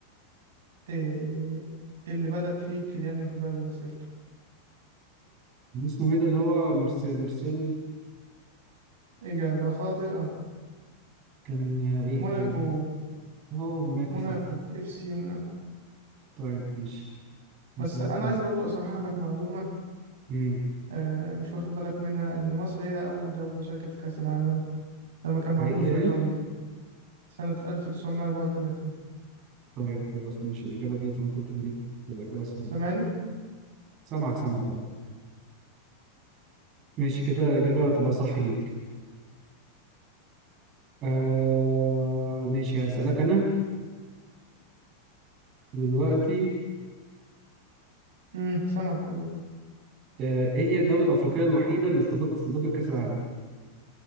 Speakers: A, on the right (about 60°); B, on the right (about 35°).
A: آه اللي بدأ فيه كيليان مبابي مسيرته
B: اسمه إيه ده اللي هو مرسيل مرسيل
A: إجابة خاطئة
B: كان آه، إيه
A: موناكو
B: طيب؟ أه موناكو
A: موناكو
B: صح
A: اف سي موناكو
B: طيب ماشي
A: بس
B: هسألك
A: انا
B: أنا
A: عايز برضو اصحح لك معلومه
B: مم.
A: آه، مش واخد بالك منها ان مصر هي اول دوله شاركت في كاس العالم لما كان معمول
B: حقيقي
A: في
B: يعني؟
A: ايطاليا سنه 1934
B: طيب خلاص ماشي الإجابة دي ممكن ليك تبقى إجابة صحيحة
A: سامعني
B: سامعك سامعك أنت ماشي كده إجابة تبقى صح ليك آه ماشي هسألك أنا دلوقتي
A: امم سامعك ايوه
B: آه إيه هي الدولة الأفريقية الوحيدة اللي استضاف- استضافت كأس العالم؟